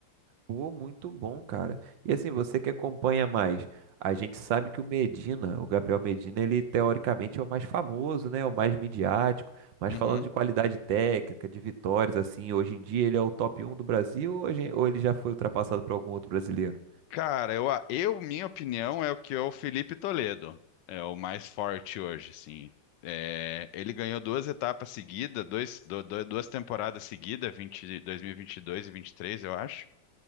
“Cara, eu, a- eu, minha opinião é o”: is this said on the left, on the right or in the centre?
Left